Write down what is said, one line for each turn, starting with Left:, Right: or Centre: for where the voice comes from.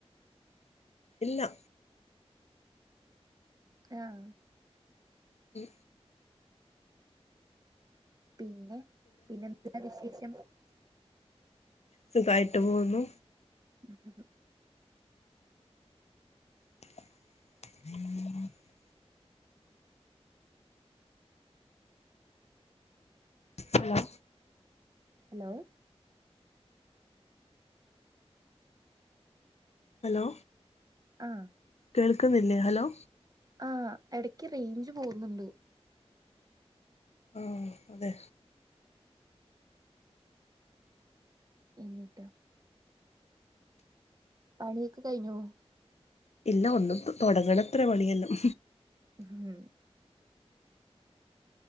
Left: ഇല്ലാ
Right: ആഹ്
Left: മ്
Right: പിന്നെ പിന്നെ എന്താ വിശേഷം
Left: സുഖായ്ട്ട് പോവുന്നു
Right: <unintelligible>
Left: <unintelligible> അലോ
Right: ഹലോ
Left: ഹലോ
Right: ആഹ്
Left: കേള്ക്ക്ന്ന്ല്ലേ ഹലോ
Right: ആഹ് എട്ക്ക് റേയ്ഞ്ച് പോവുന്ന്ണ്ട്
Left: ആഹ് അതെ
Right: എന്നിട്ടോ പണിക്കെ കഴിഞ്ഞോ
Left: ഇല്ല ഒന്നു തൊടങ്ങണത്ര പണിയെല്ലാം
Right: ഉം